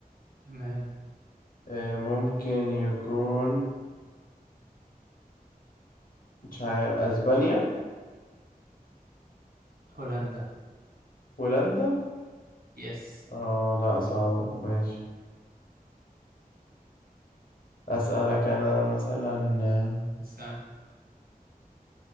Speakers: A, on the right; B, on the left.
A: تمام
B: آه، ممكن يكون مش عارف اسبانيا
A: هولندا
B: هولندا
A: يس
B: اه لا صعبة ماشي اسألك انا مثلا آه،
A: استنى